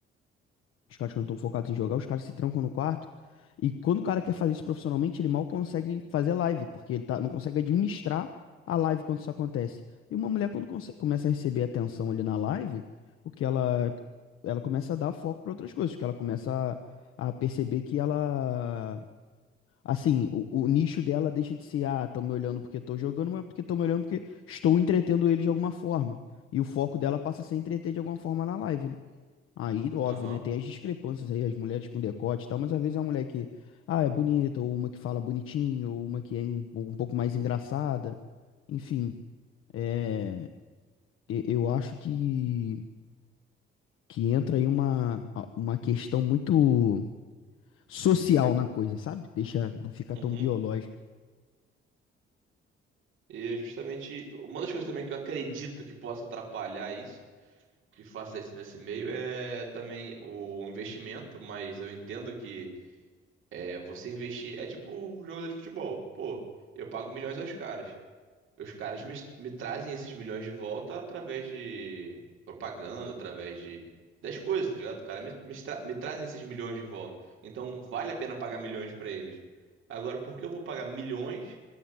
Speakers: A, on the left; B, on the right.
A: Os caras que não estão focados em jogar, os caras se trancam no quarto. E quando o cara quer fazer isso profissionalmente, ele mal consegue fazer live, porque ele tá, não consegue administrar a live quando isso acontece. E uma mulher, quando conse- começa a receber atenção ali na live, o que ela, ela começa a dar foco para outras coisas, porque ela começa a, a perceber que ela. Assim, o, o nicho dela deixa de ser, ah, estão me olhando porque estou jogando, mas porque estão me olhando porque estou entretendo ele de alguma forma. E o foco dela passa a ser entreter de alguma forma na live, né? Aí, óbvio,
B: aham,
A: né? Tem as discrepâncias aí, as mulheres com decote e tal, mas às vezes é uma mulher que, ah, é bonita, ou uma que fala bonitinho, ou uma que é um, um pouco mais engraçada. Enfim, é, e- eu acho que, que entra aí uma, a- uma questão muito social na coisa, sabe? Deixa não ficar
B: uhum.
A: tão biológica.
B: E é justamente uma das coisas também que eu acredito que possa atrapalhar isso, que faça isso nesse meio, é também o investimento. Mas eu entendo que é, você investir é tipo um jogador de futebol. Pô, eu pago milhões aos caras. Os caras me, me trazem esses milhões de volta através de propaganda, através de das coisas, tá ligado? O cara me, me, estra- me trazem esses milhões de volta. Então vale a pena pagar milhões pra eles. Agora, por que eu vou pagar milhões